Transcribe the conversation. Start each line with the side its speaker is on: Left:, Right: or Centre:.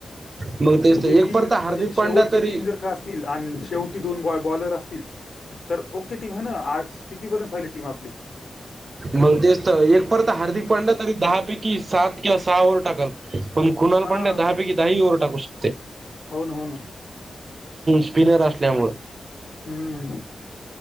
Right: मग तेच ते
Left: हे
Right: एक
Left: तीन
Right: परता हार्दिक
Left: म्हणजे
Right: पांड्या
Left: शेवटचे
Right: तरी
Left: तीन जर का अस तील आणि शेवटी दोन बॉ बॉलर असतील तर ओके टीम आहे ना. आठ कितीपर्यंत झाली टीम आपली.
Right: मग तेच तर एक परत हार्दिक पांड्या तरी दहा पैकी सात किंवा सहा ओव्हर टाकलं. पण कुणाल
Left: हा
Right: पांड्या दहा पैकी दहा ही ओव्हर टाकू शकतोय.
Left: हाव ना हाव ना
Right: स्पिनर असल्यामुळे.
Left: हम्म.